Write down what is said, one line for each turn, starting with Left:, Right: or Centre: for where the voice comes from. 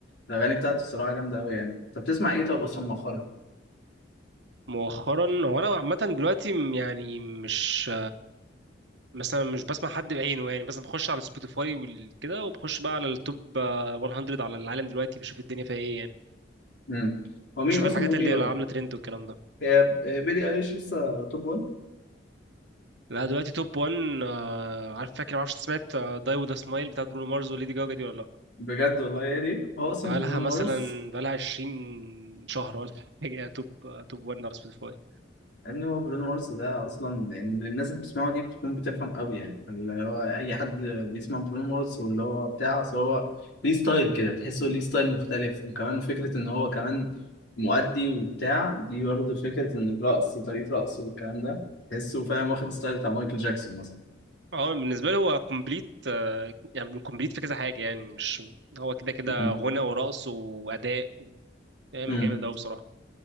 Left: الاغاني بتاعته الصراحه جامده قوي يعني طب بتسمع ايه طب اصلا مؤخرا
Right: مؤخرا هو انا عامه دلوقتي م- يعني مش مثلا مش بسمع حد بعينه يعني بس بخش على سبوتيفاي وكده وبخش بقى على التوب آه، 100 على العالم دلوقتي بشوف الدنيا فيها ايه يعني
Left: امم هو
Right: بشوف
Left: مين اصلا
Right: الحاجات
Left: ممكن
Right: اللي
Left: يبقى
Right: عامله ترند والكلام ده
Left: هي هي بيلي ايليش لسه توب 1
Right: لا دلوقتي توب 1 آه، عارف فاكر معرفش إنت سمعت داي وذ سمايل بتاعت برونو مارز وليدي جاجا دي ولا لا
Left: بجد والله هي دي هو
Right: بقالها
Left: اصلا برونو
Right: مثلا
Left: مارس
Right: بقالها 20 شهر ولا <laughs> حاجه توب آه، توب 1 على سبوتيفاي
Left: ان هو برونو مارس ده اصلا يعني الناس اللي بتسمعه دي بتكون بتفهم قوي يعني اللي هو اي حد بيسمع برونو مارس واللي هو بتاع أصل هو ليه ستايل كده تحسه ليه ستايل مختلف وكمان فكره ان هو كمان مؤدي وبتاع دي برضه فكره ان الرقص طريقه رقصه والكلام ده تحسه فاهم واخد ستايل بتاع مايكل جاكسون
Right: اه بالنسبه لي هو كومبليت آه، يعني كومبليت في كذا حاجه يعني مش هو كده كده
Left: مثلا
Right: غنى ورقص واداء فاهم
Left: <laughs>
Right: جامد قوي بصراحه